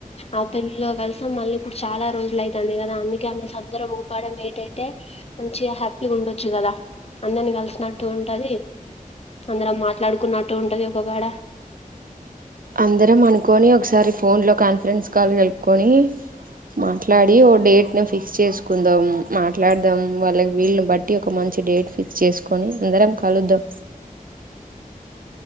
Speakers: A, on the left; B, on the right.
A: ఆ పెళ్ళిలో కలిసాం మళ్ళీ ఇప్పుడు చాలా రోజులు అయితది కదా అందుకే అందరం ఒక కాడ మీట్ అయితే మంచి హ్యాపీ ఉండొచ్చు కదా అందరిని కలిసి వచ్చినట్టు ఉంటది అందరం మాట్లాడుకున్నట్టు ఉంటది ఒకగాడ
B: అందరం అనుకొని ఒకసారి ఫోన్లో కాన్ఫరెన్స్ కాల్ కలుపుకొని మాట్లాడి ఓ డేట్ ని ఫిక్స్ చేసుకుందాం మాట్లాడదాం వాళ్ళకి వీళ్ళని బట్టి ఒక మం మంచిడేట్ ఫిక్స్ చేసుకొని అందరం కలుద్దాం